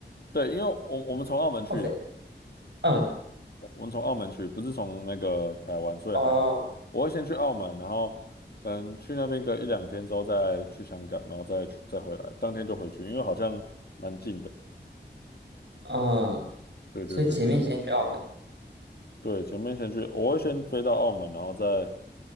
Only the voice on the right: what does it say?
哇塞，嗯
哦
嗯，
所以前面先去澳门。